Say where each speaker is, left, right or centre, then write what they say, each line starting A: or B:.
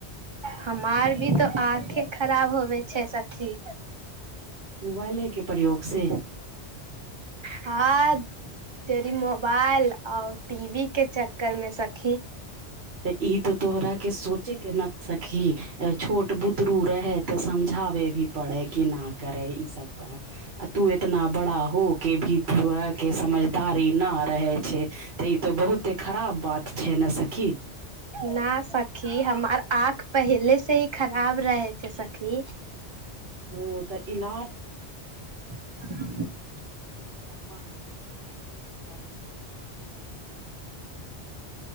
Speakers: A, on the right; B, on the right.
A: हमार भी तो आँखे खराब होवै छै सखी
B: मोबाइलेके प्रयोग से
A: हाँ जरि मोबाइल आओर टीवीके चक्करमे सखी
B: तऽ ई तो तोहरा के सोचे के न सखी छोट बुतरू रहे तऽ समझाबे भी पड़े की ना करे ई सब काम आ तू इतना बड़ा होके भी तोरा के समझदारी ना रहे छै तऽ ई तो बहुते खराब बात छै ने सखी
A: ना सखी हमर आँख पहिले से ही खराब रहै छै सखी
B: ओ तऽ इलाज
A: <unintelligible>
B: घरमा ही बाबू